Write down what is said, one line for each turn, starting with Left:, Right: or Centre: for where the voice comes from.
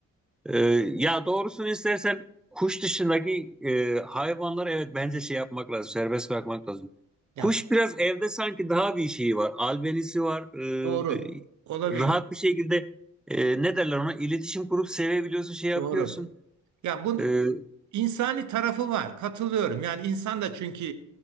Centre: Ee, ya doğrusunu istersen kuş dışındaki e, hayvanları evet bence şey yapmak lazım, serbest bırakmak lazım.
Right: Ya
Centre: Kuş biraz evde sanki daha bir şeyi var, albenisi var. e,
Right: doğru. Olabilir.
Centre: rahat bir şekilde e, ne derler ona iletişim kurup sevebiliyorsun, şey yapıyorsun.
Right: Doğru. Ya bu
Centre: E,
Right: insani tarafı var. Katılıyorum. Yani insan da çünkü